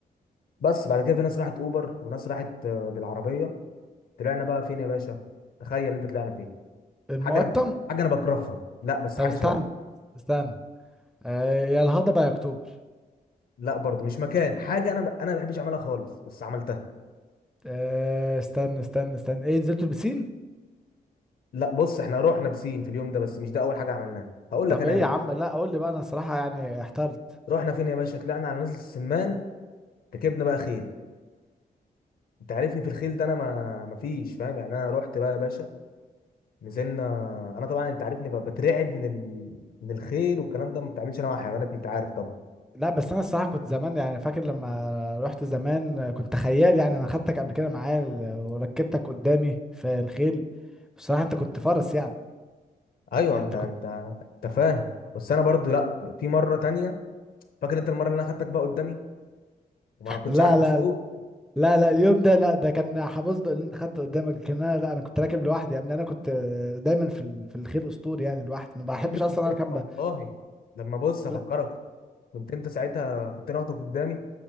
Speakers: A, on the left (about 65°); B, in the centre.
A: بس بعد كده في ناس راحت اوبر وناس راحت آه، بالعربية طلعنا بقى فين يا باشا تخيل انت طلعنا فين
B: المقطم
A: حاجة انا بك... حاجة انا بكرهها لا بس
B: طب
A: حاجة
B: استنى
A: شبهها
B: استنى آه يا الهضبة يا اكتوبر
A: لا برضو مش مكان حاجة انا ب... انا ما بحبش اعملها خالص بس عملتها
B: آه استنى استنى استنى ايه نزلتوا البسين
A: لا بص احنا رحنا بسين في اليوم ده بس مش ده اول حاجة عملناها هقول
B: طب
A: لك انا
B: ايه
A: يا باشا
B: يا عم لا قول لي بقى انا الصراحة يعني احترت
A: رحنا فين يا باشا طلعنا على نزلة السمان ركبنا بقى خيل انت عارفني في الخيل ده انا ما ما فيش فاهم يعني انا رحت بقى يا باشا نزلنا انا طبعا انت عارفني ب- بترعب من ال... من الخيل والكلام ده ما بتعملش انا مع حيوانات انت عارف طبعا
B: لا بس انا الصراحه كنت زمان يعني فاكر لما رحت زمان كنت خيال يعني انا خدتك قبل كده معايا ال- وركبتك قدامي في الخيل بصراحه انت كنت فرس يعني
A: ايوه
B: يعني
A: انت
B: انت
A: انت
B: كنت
A: انت فاهم بس انا برضو لا في مره تانية فاكر انت المره اللي انا خدتك بقى قدامي وما كنتش
B: لا
A: عارف
B: لا
A: اسوق
B: لا لا, لا اليوم ده لا ده كان حبصده اللي انت خدته قدامك لكن انا لا انا كنت راكب لوحدي يا ابني انا كنت دايما في ال- في الخيل اسطوري يعني لوحدي ما بحبش
A: انا
B: اصلا
A: كنت انت
B: اركب
A: والله
B: ب-
A: لما بص افكرك
B: لا
A: كنت انت ساعتها كنت انا واخدك قدامي